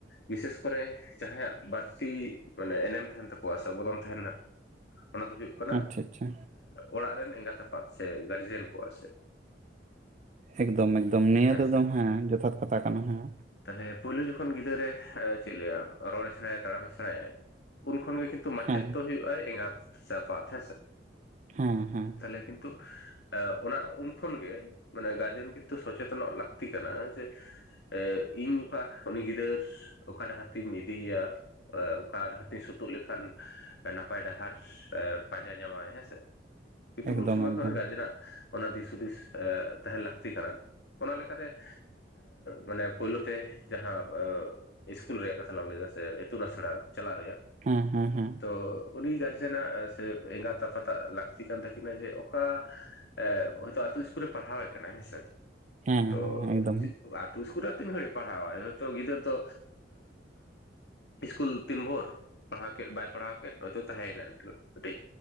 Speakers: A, on the left; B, on the right.
A: ᱵᱤᱥᱮᱥ ᱠᱚᱨᱮ ᱡᱟᱦᱟᱸᱭᱟᱜ ᱵᱟᱹᱲᱛᱤ ᱢᱟᱱᱮ ᱮᱱᱮᱢ ᱛᱟᱦᱮᱸᱱ ᱛᱟᱠᱚᱣᱟ ᱥᱮ ᱚᱵᱚᱫᱚᱱ ᱛᱟᱦᱮᱸᱱᱟ᱾ ᱚᱱᱟ ᱫᱚ ᱦᱩᱭᱩᱜ ᱠᱟᱱᱟ,
B: ᱟᱪᱪᱷᱟ ᱟᱪᱪᱷᱟ
A: ᱚᱲᱟᱜ ᱨᱮᱱ ᱮᱸᱜᱟᱛ ᱟᱯᱟᱛ ᱥᱮ ᱜᱟᱨᱡᱮᱱ ᱠᱚᱣᱟᱜ ᱥᱮ᱾
B: ᱮᱠᱫᱚᱢ ᱮᱠᱫᱚᱢ ᱱᱤᱭᱟᱹ
A: ᱦᱮᱸ
B: ᱫᱚ ᱮᱠᱫᱚᱢ ᱦᱮᱸ ᱡᱚᱛᱷᱟᱛ ᱠᱟᱛᱷᱟ ᱠᱟᱱᱟ ᱦᱮᱸ,
A: ᱛᱟᱦᱞᱮ ᱯᱳᱭᱞᱳ ᱡᱚᱠᱷᱚᱱ ᱜᱤᱫᱟᱹᱨ ᱮ ᱪᱮᱫ ᱞᱟᱹᱭᱟ ᱨᱚᱲ ᱮ ᱥᱮᱬᱟᱭᱟ ᱛᱟᱲᱟᱢᱮ ᱥᱮᱬᱟᱭᱟᱭ, ᱩᱱ ᱠᱷᱚᱱᱜᱮ ᱠᱤᱱᱛᱩ ᱢᱟᱪᱮᱫ
B: ᱦᱮᱸ
A: ᱫᱚ ᱦᱩᱭᱩᱜᱼᱟᱭ ᱮᱸᱜᱟᱛ ᱥᱮ ᱟᱯᱟᱛ ᱦᱮᱸᱥᱮ᱾
B: ᱦᱩᱸ ᱦᱩᱸ
A: ᱛᱟᱦᱞᱮ ᱠᱤᱱᱛᱩ ᱮ ᱚᱱᱟ, ᱩᱱ ᱠᱷᱚᱱ ᱜᱮ ᱢᱟᱱᱮ ᱜᱟᱨᱡᱮᱱ ᱠᱤᱱᱛᱩ ᱥᱚᱪᱮᱛᱚᱱᱚᱜ ᱞᱟᱹᱠᱛᱤ ᱠᱟᱱᱟ ᱡᱮ ᱮ ᱤᱧ ᱚᱠᱟ ᱩᱱᱤ ᱜᱤᱫᱟᱹᱨ ᱚᱠᱟ ᱰᱟᱦᱟᱨ ᱛᱤᱧ ᱤᱫᱤᱭᱮᱭᱟ᱾ ᱚᱠᱟ ᱰᱟᱦᱟᱨ ᱛᱤᱧ ᱥᱩᱛᱩᱜ ᱞᱮᱠᱷᱟᱱ, ᱱᱟᱯᱟᱭ ᱰᱟᱦᱟᱨ ᱯᱟᱸᱡᱟ ᱧᱟᱢᱚᱜᱟᱭ ᱦᱮᱸᱥᱮ᱾ ᱠᱤᱱᱛᱩ
B: ᱮᱠᱫᱚᱢ
A: ᱩᱱ ᱥᱚᱢᱚᱭ
B: ᱮᱠᱫᱚᱢ
A: ᱠᱷᱚᱱ ᱜᱟᱨᱡᱮᱱᱟᱜ ᱚᱱᱟ ᱫᱤᱥ ᱦᱩᱫᱤᱥ ᱛᱟᱦᱮᱸᱱ ᱞᱟᱹᱠᱛᱤ ᱠᱟᱱᱟ, ᱚᱱᱟ ᱞᱮᱠᱟᱛᱮ ᱢᱟᱱᱮ ᱯᱳᱭᱞᱳ ᱛᱮ ᱡᱟᱦᱟᱸ ᱤᱥᱠᱩᱞ ᱨᱮᱭᱟᱜ ᱠᱟᱛᱷᱟ ᱞᱟᱝ ᱞᱟᱹᱭᱮᱫᱟ ᱥᱮ ᱤᱛᱩᱱ ᱟᱥᱲᱟ ᱪᱟᱞᱟᱜ ᱨᱮᱭᱟᱜ
B: ᱦᱩᱸ ᱦᱩᱸ ᱦᱩᱸ
A: ᱛᱚ ᱩᱱᱤ ᱜᱟᱨᱡᱱᱟᱜ ᱥᱮ ᱮᱸᱜᱟᱛ ᱟᱯᱟᱛᱟᱜ ᱞᱟᱠᱛᱤ ᱠᱟᱱ ᱛᱟᱠᱤᱱᱟ ᱡᱮ ᱚᱠᱟ ᱮ ᱦᱚᱭᱛᱳ ᱟᱛᱳ ᱤᱥᱠᱩᱞ ᱨᱮ ᱯᱟᱲᱦᱟᱣ ᱮ ᱠᱟᱱᱟᱭ ᱦᱮᱸᱥᱮ,
B: ᱦᱮᱸ
A: ᱛᱚ
B: ᱦᱮᱸ ᱮᱠᱫᱚᱢ
A: <unintelligible> ᱛᱚ ᱤᱥᱠᱤᱞ ᱨᱮᱭᱟᱜ ᱛᱤᱱ ᱜᱷᱟᱹᱲᱤᱡ ᱯᱟᱲᱦᱟᱣᱟᱭ ᱦᱳᱭᱛᱚ ᱜᱤᱫᱟᱹᱨ ᱫᱚ ᱤᱥᱠᱩᱞ ᱛᱤᱱ ᱵᱷᱳᱨ, ᱯᱟᱲᱦᱟᱣ ᱠᱮᱫ ᱵᱟᱭ ᱯᱟᱲᱦᱟᱣ ᱠᱮᱫ ᱦᱳᱭᱛᱳ ᱛᱟᱦᱮᱸᱱᱟᱭ, <unintelligible> ᱠᱟᱹᱴᱤᱡ